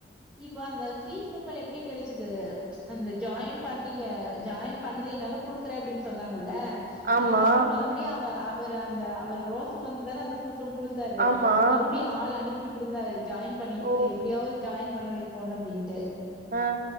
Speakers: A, in the centre; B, on the right (about 50°).
A: இப்போ அந்த ஃப்ரீ கூப்பன் எப்டி கடைச்சுது அந்த ஜாயின் பண்ணிக்க ஜாயின் பண்லி ன்னால குடுக்ரே அப்டின்னு சொன்னாங்கல்ல
B: ஆமா
A: அதுக்கப்புறம் மறுடியு அவ அவர் அந்த அவர் ரோசம் வந்துதானே அந்த கூப்பன கொடுத்தாரு
B: ஆமா
A: மறுடியு ஆள் அனுப்புட்ருந்தாரு ஜாயின் பண்ணி
B: ஓ
A: எப்டியாவது ஜாயின் பண்ண வைக்கோணனு அப்டின்ட்டு
B: ஆ